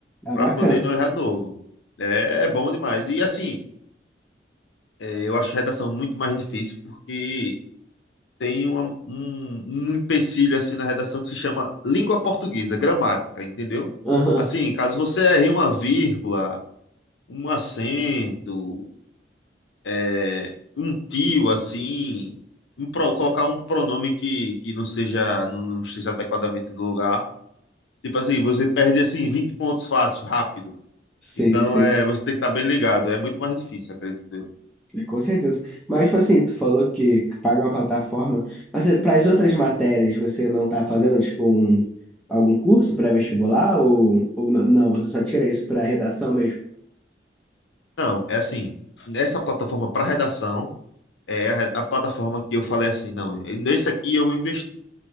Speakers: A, in the centre; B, on the left.
A: Ah,
B: Para
A: bacana.
B: poder não errar de novo. É, é bom demais. E assim, é, eu acho a redação muito mais difícil porque tem uma- um, um empecilho assim na redação que se chama língua portuguesa, gramática, entendeu?
A: Aham.
B: Assim, caso você erre uma vírgula, um acento, é, um tio, assim, um pro- colocar um pronome que, que não seja, não, não esteja adequadamente no lugar. Tipo assim, você perde assim 20 pontos fácil, rápido.
A: Sim,
B: Então
A: sim,
B: é, você tem que estar bem ligado. É muito mais difícil, acredito eu.
A: É, com certeza. Mas, tipo assim, tu falou que paga uma plataforma, mas para as outras matérias você não tá fazendo, tipo, um, algum curso pré-vestibular ou, ou não, não, você só tira isso para redação mesmo?
B: Não, é assim, essa plataforma para redação é a, re- a plataforma que eu falei assim, não, nesse aqui eu vou investir.